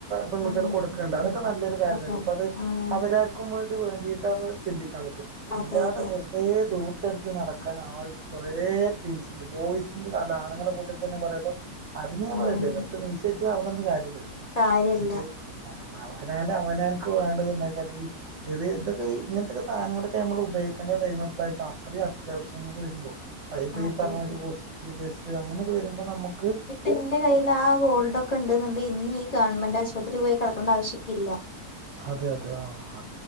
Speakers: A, on the right; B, on the left.
A: പെൺകുട്ട്യള്
B: അപ്പൊ
A: കൊടുക്കുണ്ട് അതൊക്കെ നല്ലൊരു കാര്യല്ല ഇപ്പൊ അത്
B: ആഹ്
A: അവരാർക്കും വേണ്ടി വേണ്ടിയിട്ടന്ന് ചിന്തിക്കാ റ്റും അല്ലാതെ
B: അതെ അതെ
A: വെർതേ ദൂർത്തട്ച്ച് നടക്കാൻ ആ കുറേ ടീംസ് ണ്ട് ബോയ്സിന്റെ അല്ല ആണുങ്ങളെ കൂട്ട് തന്നെ കൊറേണ്ണം അതിന് ഞാൻ
B: ഉം
A: പറയില്ലോ വെർതെ മീശ വെച്ച് നടന്ന്ന്ന് കാര്യല്ലല്ലോ
B: കാര്യല്ല
A: ഇതേ അവ് അതായ്ത് അവനെ അനക് വേണ്ടത്ണ്ടാ <unintelligible> യ്യി ചെറിയ തൊക്കെ ഈ ഇങ്ങൻത്തൊക്കെ സാനങ്ങളൊക്കെ അമ്മള് ഉപയോഗിക്കെണ്ട ടൈമ് എപ്പളാ ച്ച അത്രെയും അത്യാവശ്യങ്ങള് വര്മ്പോ അയ് പ്പോ
B: അതെ
A: ഈ പർഞ്ഞായ്രി
B: അതെ
A: ഹോസ്പിറ്റൽ കേസ് അങ്ങനെക്ക വരുമ്പോ നമുക്
B: ഇപ്പ ഇന്റെ കയ്യിൽ ആ ഗോൾഡൊക്ക ണ്ട്ന്ന്ണ്ട് ഇന്നീ ഗവൺമെന്റ് ആശുപത്രി പോയി കടക്കണ്ട ആവശ്യിക്കില്ല
A: അതെ അതെ ആ ഹ്